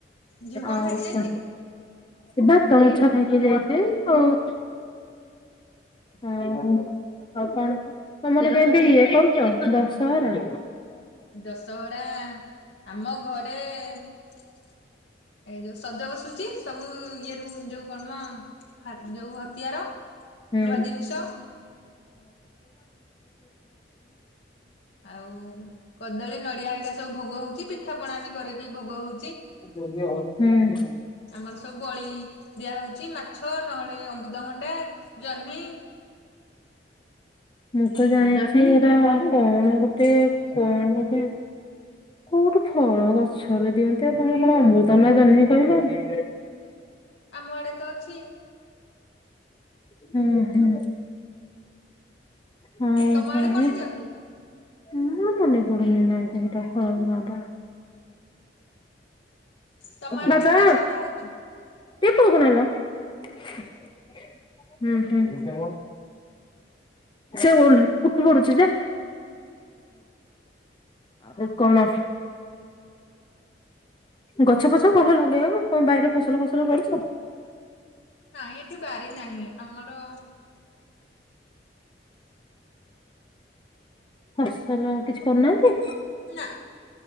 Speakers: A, on the left; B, on the left.
A: ଝିଅ କଣ
B: ଆଉ
A: ଖାଇକି
B: କ
A: ଯାଇଛି
B: ଏ ଭାତ, ମାଛ ଖାଇକି ଯାଇଛି। ଆଉ ହ ଆଉ କଣ? ତମର କେମିତି ଇଏ କରୁଛ ଦଶହରା?
A: ଦଶହରା ଆମ ଘରେ ଏଇ ଯୋଉ ସଜ ବସୁଛି। ସବୁ ଇଏରୁ ଯେଉଁ କଣ ମ ହ ଯୋଉ ହତିଆର।
B: ହୁଁ।
A: ଲୁହା ଜିନିଷ ଆଉ କଦଳୀ, ନଡିଆ ହେରିକା ସବୁ ଭୋଗ ହଉଛି। ପିଠାପଣା ବି କରିକି ଭୋଗ ହଉ
B: ହୁଁ।
A: ଆମର ସବୁ ବଳି ଦିଆହଉଛି ମାଛ ନହେ ଲେ ଅମୃତଭଣ୍ଡା ଜହ୍ନି
B: ମୁଁ ତ ଜାଣିଛି ଏରା କଣ ଗୋଟେ କଣ ଗୋଟେ କୋଉଠୁ ଫଳ ଗଛରେ ଦିଅନ୍ତେ। ତମେ କଣ ଅମୃତଭଣ୍ଡା ଜହ୍ନି କହିଲଣି?
A: ଆମ ଆଡେ ତ ଅଛି।
B: ହୁଁ ହୁଁ। ହଉ
A: ତମ
B: ତାହାଲେ
A: ଆଡେ କଣ ଦିଅନ୍ତି?
B: ମୋର ମନେ ପଡୁନି ନାଆଁଟା ହେଟା କଣ ନାଁ ଟା?
A: ତମ ଆଡେ
B: ବାପା
A: କେମିତି ଦଶହରା ହଉଛି?
B: ଟିକେ ପୁଅକୁ ନେଲ। ହୁଁ ହୁଁ । ସେ ଉ ଉଠି ପଡୁଛି ଯେ ଆଉ କଣ? ଗଛ ପଛ ଭଲ ଲଗେଇ ହବ। କଣ ବାଇରେ ଫସଲ ଫସଲ କରିଛ?
A: ନାଇଁ ଏଠି ବାରି ନାହିଁ ଆମର
B: ଫସଲ କିଛି କରୁନାହାନ୍ତି?
A: ନା।